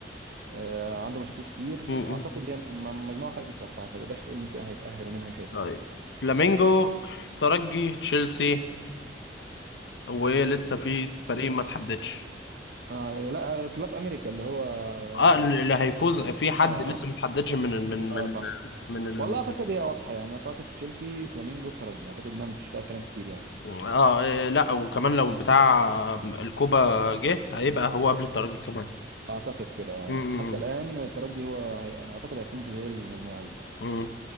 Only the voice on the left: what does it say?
امم
طيب فلامينجو ترجي تشيلسي وايه لسه في فريق ما تحددش
اه اللي هيفوز في حد
لسه ما تحددش من ال- من
من
من ال...
اه إيه، لا وكمان لو بتاع الكوبا جه هيبقى هو قبل الترجي كمان
امم
امم